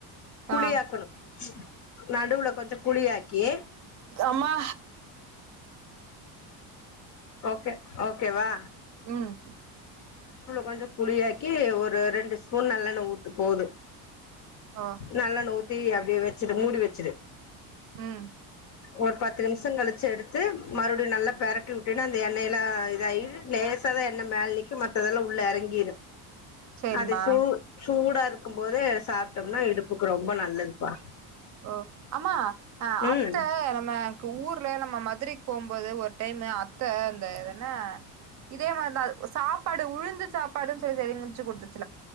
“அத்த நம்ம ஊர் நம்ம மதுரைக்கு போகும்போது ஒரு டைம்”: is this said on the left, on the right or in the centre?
Right